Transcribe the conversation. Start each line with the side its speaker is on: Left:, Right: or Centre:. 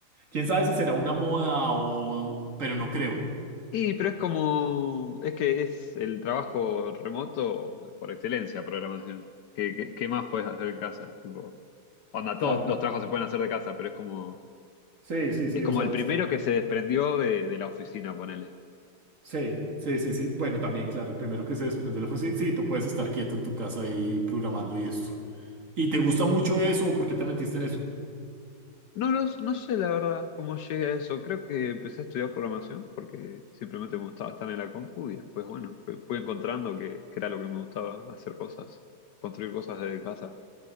Right: ¿Quién sabe si será una moda o... pero no creo.
Left: Y, pero es como, es que es el trabajo remoto por excelencia, programación. ¿Qué, qué, qué más puedes hacer en casa? Tipo, onda,
Right: Claro.
Left: todos los trabajos se pueden hacer de casa, pero es como,
Right: Sí, sí, sí,
Left: es como
Right: o sea,
Left: el primero
Right: es...
Left: que se desprendió de, de la oficina, ponele.
Right: Sí, sí, sí, sí. Bueno, también, claro, el primero que se desprende fue, sí, sí, tú puedes estar quieto en tu casa ahí programando y esto. ¿Y te gusta mucho eso o por qué te metiste en eso?
Left: No, lo s- no sé la verdad cómo llegué a eso. Creo que empecé a estudiar programación porque simplemente me gustaba estar en la compu y después, bueno, fui, fui encontrando que, que era lo que me gustaba, hacer cosas, construir cosas desde casa.